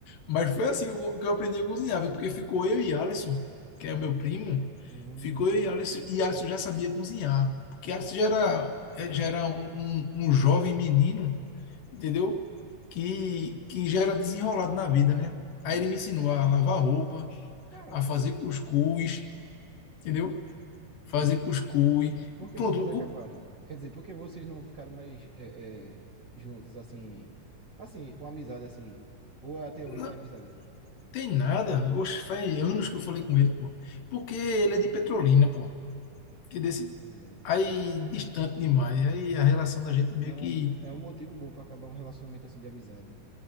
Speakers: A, on the left; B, on the right.
A: Mas foi assim que eu que eu aprendi a cozinhar, viu? porque ficou eu e Alisson, que é o meu primo,
B: Hum,
A: ficou eu e Alisson, e Alisson já sabia cozinhar, porque Alisson já era, eh, já era um, um, um jovem menino, entendeu? Que, que já era desenrolado na vida, né?
B: hum.
A: Aí ele me ensinou a lavar roupa,
B: Caramba.
A: a fazer cuscuz, entendeu? Fazer
B: Hum.
A: cuscuz.
B: Por que
A: Pronto,
B: vocês acabaram?
A: cu-
B: Quer dizer, por que vocês não ficaram mais é, é, juntos, assim, assim, com amizade, assim? Ou até hoje
A: não
B: tem amizade?
A: tem nada. Oxe, faz anos que eu falei com ele, pô. Porque
B: Hum.
A: ele é de Petrolina, pô. que
B: Ah,
A: desse
B: tô ligado.
A: aí distante demais. Aí a relação da gente
B: Não,
A: meio que
B: é um motivo bom pra acabar um relacionamento assim de amizade.